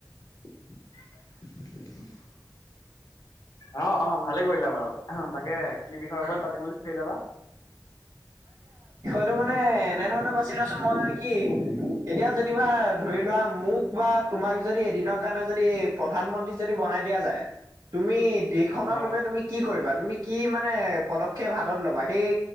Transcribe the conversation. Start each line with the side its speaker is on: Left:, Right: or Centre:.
Left: <unintelligible> অ অ ভালে কৰিলা বাৰু অ তাকে। কি বিষয়ৰ
Right: উম
Left: ওপৰত পাতিম বুলি ভাবিলা বা
Right: এইটো মানে এনে ধৰণৰ বাছি লৈছো মই কি এতিয়া যেনিবা ধৰি
Left: অ
Right: লোৱা মোক বা তোমাক যদি এদিনৰ কাৰণে যদি প্ৰধানমন্ত্ৰী যদি বনাই দিয়া যায় তুমি দেশখনৰ
Left: অ হয়
Right: বাবে তুমি কি কৰিবা তুমি কি মানে মানে পদক্ষেপ হাতত ল'বা সেই